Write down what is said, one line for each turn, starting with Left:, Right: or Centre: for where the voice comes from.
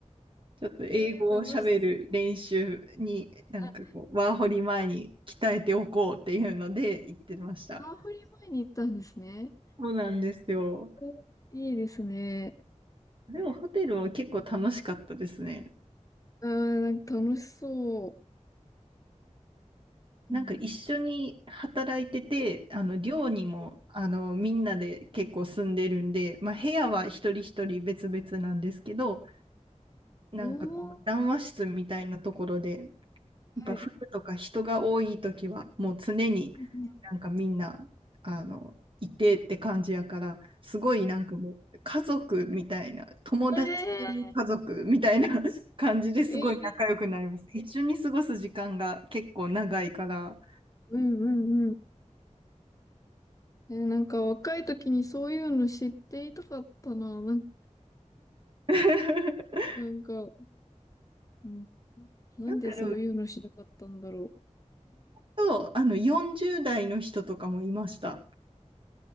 Right: ちょっと英語を喋る練習に、
Left: ええー、楽しそう。
Right: なんかこう、
Left: あ、
Right: ワーホリ前に鍛えておこうっていうので行ってました。
Left: ワーホリ前に行ったんですね。
Right: そうなんですよ。
Left: えーいいですね。
Right: でもホテルは結構楽しかったですね。
Left: あーなんか楽しそ
Right: なんか一緒に働いてて、
Left: う。うん。
Right: あの寮にもあのみんなで結構住んでるんで、
Left: はい
Right: まあ、部屋は一人一人別々なんですけど、なんかこう談話室みたいなところでや
Left: おー、はい。
Right: っぱ冬とか人が多い時はもう常に
Left: うんう
Right: なんかみんなあのいてって感じやからすごいなんかもう家族みたいな友達
Left: え
Right: 家族みたいな <laughs> 感じですごい仲良くなります。
Left: ええ
Right: 一緒に過ごす時間が結構長いから。
Left: うんうんうん。え、なんか若い時にそういうの知っていたかったな。なん、
Right: <laughs>
Left: なんか、うん。なんでそういうのしなかったんだろ
Right: なんかでもとあの40代の人とかもいました。